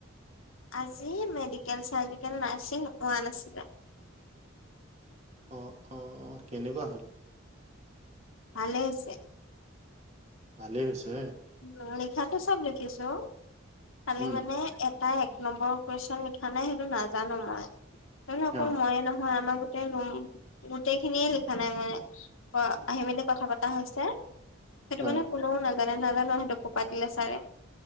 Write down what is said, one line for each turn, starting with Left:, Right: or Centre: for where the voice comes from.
Left: আজি মেডিকেল চাৰজিকেল নাৰ্ছিং হোৱা আছিল
Right: অ অ অ কেনেকুৱা হ'ল
Left: ভালেই হৈছে
Right: ভালেই হৈছে
Left: উম লিখাতো চব লিখিছো খালি
Right: উম
Left: মানে এত টাই এক নম্বৰৰ কুৱেশন লিখা নাই সেইটো নাজানো মই, নহয় নহয় অকল
Right: অ
Left: ময়ে নহয় আমাৰ- গোটেই ৰুম খিনিয়ে লিখা নাই মানে আহি মেলি কথা পতা হৈছে। সেইটো
Right: অ
Left: মানে কোনেও নাজানে নাজানো সেইটো কপা দিলে চাৰে।